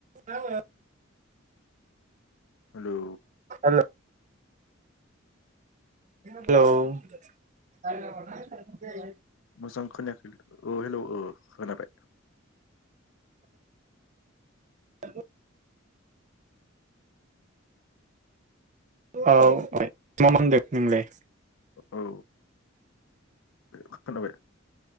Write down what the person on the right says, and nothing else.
औ
hello hello
<unintelligible> औ मा खालामदों नोंलाय